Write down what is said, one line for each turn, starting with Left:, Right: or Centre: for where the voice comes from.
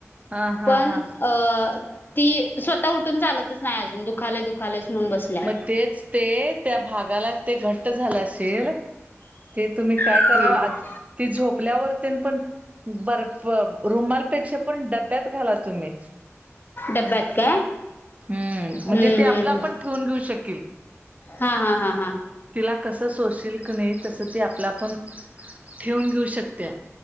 Right: हा हा
Left: पण
Right: हा
Left: अ ती स्वतः उठून चालतच नाही अजून दुखायलय दुख कालयच म्हणून बसल्या.
Right: मग तेच ते, त्या भागाला ते घट्ट झालं असेल ते तुम्ही काय
Left: हम्म
Right: करा, ती झोपल्यावर तेन पण बर्प, रुमालपेक्षा पण डब्यात घाला तुम्ही.
Left: डब्ब्यात काय?
Right: हम्म, म्हणजे
Left: हम्म
Right: ते आपलं
Left: हम्म
Right: आपण
Left: हम्म
Right: ठेवून घेऊ शकील.
Left: हा हा हा हा.
Right: तिला कसं सोशील की नाही, तसं ती आपल्या आपण ठेवून घेऊ शकत्या.